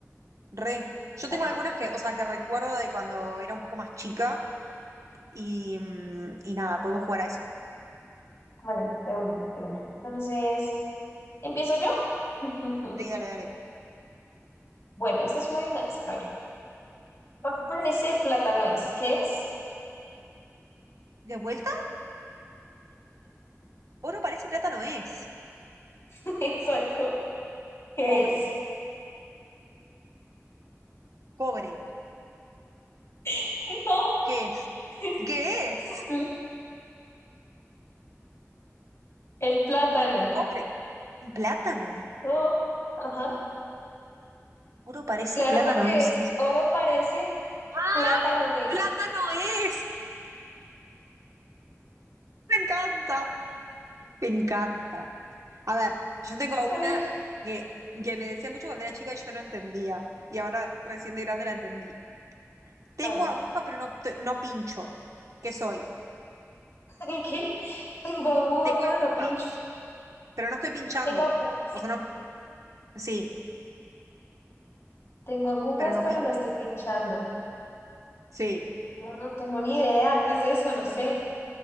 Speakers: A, on the right (about 80°); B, on the left (about 60°).
A: re. Yo
B: Vale.
A: tengo algunas que, o sea, que recuerdo de cuando era un poco más chica y, mm, y nada, podemos jugar a eso.
B: Bueno, de una, de una. Entonces, ¿empiezo yo? <laughs>
A: Sí, dale, dale.
B: Bueno, esta es una adivinanza. A ver, ¿por qué parece plátano es? ¿Qué es?
A: ¿De vuelta? Oro parece y plata no es.
B: <laughs> Exacto. ¿Qué
A: Cobre,
B: es?
A: cobre.
B: <laughs> No,
A: ¿Qué es?
B: es
A: ¿Qué es?
B: pl- el plátano.
A: No es cobre. Un plátano.
B: Oh, ajá.
A: Oro parece,
B: Claro,
A: plátano
B: porque
A: es.
B: es oro parece,
A: ¡Ah!
B: plátano es.
A: ¡Plátano es! Me encanta. Me encanta. A ver, yo tengo
B: A
A: una
B: ver,
A: que, que me decía mucho cuando era chica y yo no entendía. Y ahora recién de grande la entendí. Tengo
B: a ver,
A: agujas, pero no, t- no pincho. ¿Qué soy?
B: <laughs> ¿qué? Tengo aguja,
A: Tengo
B: pero
A: agujas,
B: no pincho.
A: pero no estoy pinchando.
B: Tengo agujas.
A: O sea, no. Sí,
B: Tengo agujas,
A: pero no
B: pero
A: pincho.
B: no estoy pinchando.
A: Sí.
B: No, no tengo ni idea. ¿Qué es eso? No sé.